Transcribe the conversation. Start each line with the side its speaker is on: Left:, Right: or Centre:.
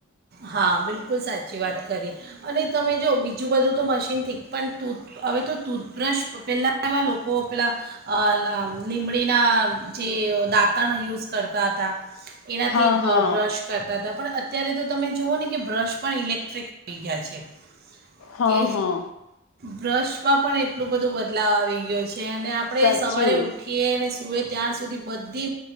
Right: હા બિલકુલ સાચી વાત કરી અને તમે જો બીજું બધું તો મશીનથી પણ ટૂથ હવે તો ટૂથબ્રશ પહેલાં એવા લોકો પેલાં અ લા લીમડીના જે દાંતણ યુઝ કરતા હતા એનાથી
Left: હા
Right: બ
Left: હા
Right: બ્રશ કરતાતા પણ અત્યારે તો તમે જુઓ ને કે બ્રશ પણ ઇલેક્ટ્રિક થઈ ગયા છે.
Left: હા
Right: કે
Left: હા
Right: બ્રશમાં પણ એટલું બધું બદલાવ આવી ગ્યો છે. જેને આપણે
Left: સાચું
Right: સવારે ઉઠીએ ને સુએ ત્યાાર સુધી બધી